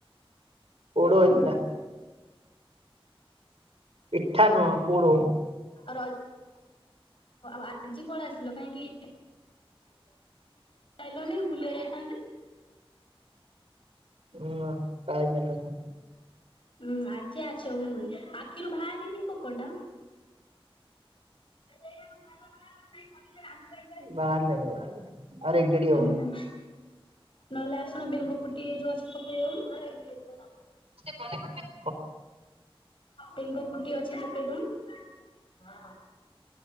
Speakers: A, on the right; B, on the left.
A: ପୋଡ ହେଥିଲା। ପିଠା ନୁହଁ ପୋଡ
B: ଆ <inaudible> ଆଉ ଆଜି ପଳେଇ ଆସିଲ କାହିଁକି? ଗୋଟ ବୁଲି ଯାଇଥା <inaudible>
A: ହୁଁ କାଇ <inaudible>
B: ଉଁ ଆଜି ଆଛ ହୁଁ ଆଖିରୁ ବାହାରନି ପୋକଟା? ଇଟଁ ସମ <inaudible>
A: ବାହାରିନି ବାହାରିନି ରିଜଡି ହଉ
B: ଓହୋ।
A: <inaudible>
B: ନହେଲେ ଆସୁନ ବେଙ୍କ ଫୁଟି ଏ ଯୋଉ ଅଛି ପକେଇବ
A: ବଲିିବୁଡ୍ <inaudible>
B: ବେଙ୍ଗ ପୁଟି ଅଛି ପକେଇଦଉନୁ।